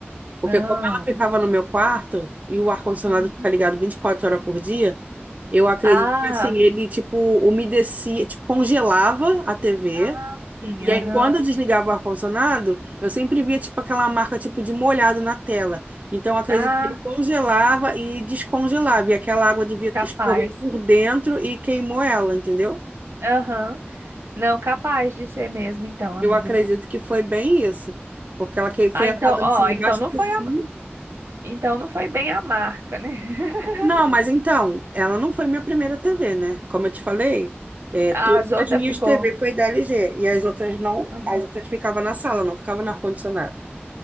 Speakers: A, on the right; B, on the right.
A: Porque
B: Não.
A: como ela ficava no meu quarto e o ar-condicionado
B: Uhum.
A: fica ligado 24 horas por dia, eu acredito
B: Ah,
A: que assim, ele tipo umedecia, tipo congelava a TV.
B: ah, sim,
A: E
B: aham.
A: aí quando eu desligava o ar-condicionado, eu sempre via tipo aquela marca tipo de molhado na tela. Então eu acredito
B: Ah,
A: que ele congelava e descongelava, e aquela água devia
B: capaz.
A: escorrer por dentro e queimou ela, entendeu?
B: Aham. Não, capaz de ser mesmo, então, amiga.
A: Eu acredito que foi bem isso, porque ela que foi
B: Ah, então,
A: apagando
B: ó,
A: assim de
B: então
A: baixo
B: não
A: por
B: foi
A: cima.
B: a, então não foi bem a marca, né? <laughs>
A: Não, mas então, ela não foi minha primeira TV, né? Como eu te falei, é,
B: As
A: todas
B: outras
A: as minhas
B: ficou.
A: TV foi da LG e as outras não,
B: Aham.
A: as outras ficavam na sala, não ficavam no ar-condicionado.